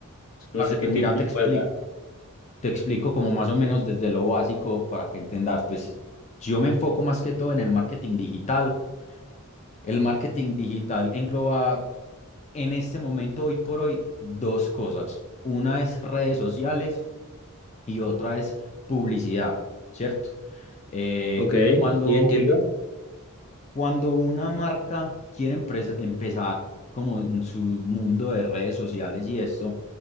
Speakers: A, on the left (about 75°); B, on the left (about 30°).
A: Entonces, No
B: Parce,
A: sé qué
B: pues
A: tips
B: mira,
A: me
B: te explico,
A: puedes dar.
B: te explico como más o menos desde lo básico para que entendas. Pues yo me enfoco más que todo en el marketing digital. El marketing digital engloba en este momento, hoy por hoy, dos cosas. Una es redes sociales y otra es publicidad, ¿cierto? Eh,
A: Ok,
B: cuando
A: sí, entiendo.
B: Cuando una marca quiere empresa- empezar como en su mundo de redes sociales y esto,